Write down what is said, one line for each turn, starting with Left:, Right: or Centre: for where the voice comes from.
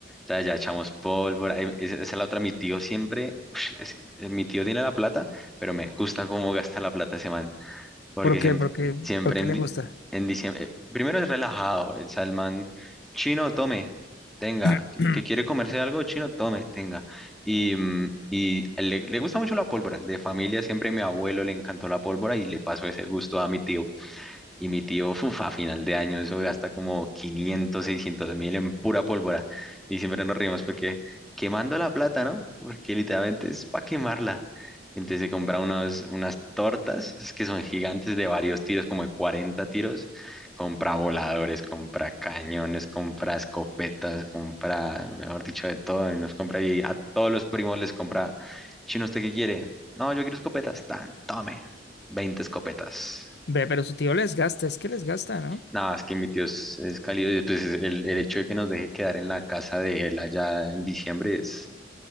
Centre: Ya, ya echamos pólvora. em, Esa esa es la otra, mi tío siempre, ush, es que, eh, mi tío tiene la plata, pero me gusta cómo gasta la plata ese man. Porque
Left: ¿Por
Centre: siempre,
Left: qué? ¿Por qué?
Centre: siempre
Left: ¿Por qué
Centre: en,
Left: le
Centre: di-
Left: gusta?
Centre: en diciembre, eh, primero es relajado, el salmán chino, tome, tenga,
Left: <clears throat>
Centre: que, que quiere comerse algo chino, tome, tenga. Y, mm, y le, le gusta mucho la pólvora, de familia siempre mi abuelo le encantó la pólvora y le pasó ese gusto a mi tío. Y mi tío, uf, a final de año, eso gasta como 500 600 mil en pura pólvora. Y siempre nos reímos porque quemando la plata, ¿no? Porque literalmente es para quemarla. Entonces se compra unos, unas tortas, es que son gigantes de varios tiros, como de 40 tiros. Compra voladores, compra cañones, compra escopetas, compra, mejor dicho, de todo. Y nos compra y a todos los primos les compra, chino, ¿usted qué quiere? No, yo quiero escopetas. Tan, tome, 20 escopetas.
Left: Ve, pero su tío les gasta, es que les gasta, ¿no?
Centre: Nada, es que mi tío es, es cálido. y, Pues, es el, el hecho de que nos deje quedar en la casa de él allá en diciembre es.